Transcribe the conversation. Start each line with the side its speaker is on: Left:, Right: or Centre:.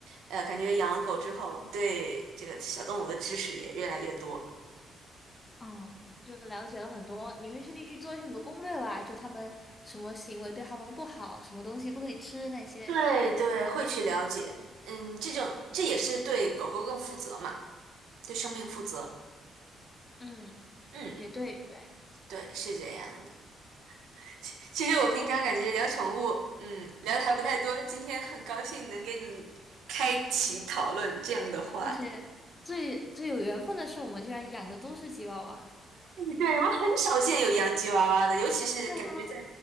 Right: 呃，感觉养了狗之后，对这个小动物的知识也越来越多。
Left: 嗯，就了解了很多，你会特地去做一些很多攻略吧？就他们什么行为对他们不好，什么东西不可以吃那些。
Right: 对对，会去了解，嗯，这种这也是对狗狗更负责嘛，对生命负责。
Left: 嗯，
Right: 嗯，
Left: 也对对，
Right: 对，是这样的。其其实我平常感觉聊宠物，嗯，聊的还不太多，今天很高兴能跟你开启讨论这样的话
Left: 而且最最有缘分的是，我们居然养的都是吉娃娃。
Right: 对，我很少见有洋吉娃娃的，尤其是感觉在
Left: 对啊，